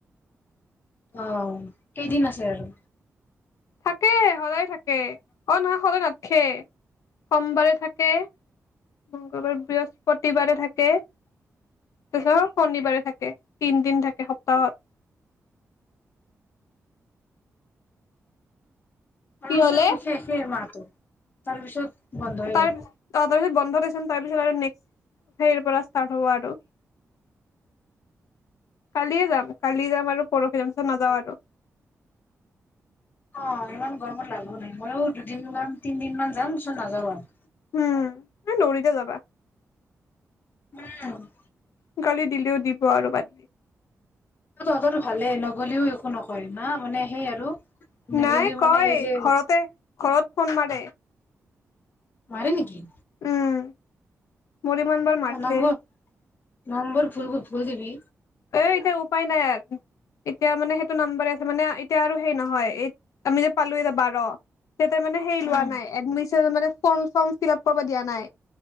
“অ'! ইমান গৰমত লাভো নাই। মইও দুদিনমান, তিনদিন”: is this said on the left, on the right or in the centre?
Left